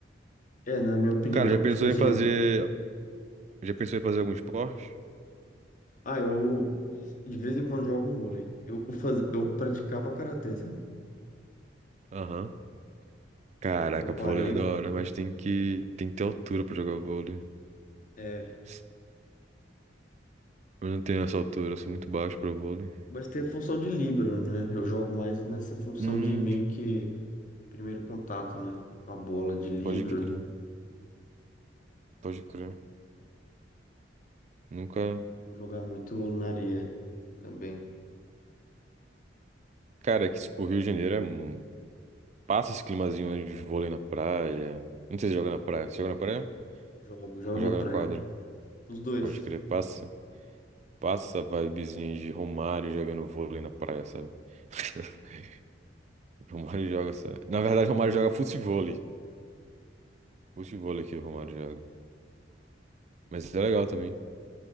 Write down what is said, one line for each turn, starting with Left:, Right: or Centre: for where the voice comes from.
Left: É, na minha opinião,
Right: Cara, já pensou
Left: tipo assim,
Right: em fazer,
Left: né?
Right: já pensou em fazer algum esporte?
Left: Ah, eu de vez em quando jogo vôlei. Eu, faz... eu praticava karatê, sabe?
Right: Aham. Caraca,
Left: Só que eu parei.
Right: vôlei é da hora, mas tem que, tem que ter altura pra jogar vôlei.
Left: É...
Right: S- Eu não tenho essa altura, eu sou muito baixo pra vôlei.
Left: Mas tem a função de líbero, né? Eu jogo mais nessa função
Right: Hum,
Left: de meio que primeiro contato, né? Com a bola de líbero
Right: pode crer,
Left: ali.
Right: pode crer. Nunca.
Left: Vou jogar muito na areia também.
Right: Cara, é que tipo, o Rio de Janeiro é... um- passa esse climazinho de vôlei na praia. Não sei se joga na praia. Você joga na praia?
Left: Jogo, jogo
Right: Ou
Left: na
Right: joga
Left: praia.
Right: na quadra?
Left: Os dois.
Right: Pode crer, passa. Passa a vibezinha aí de Romário jogando vôlei na praia, sabe? <laughs> Romário joga essa. Na verdade, Romário joga futevôlei. Futevôlei que o Romário joga. Mas é legal também.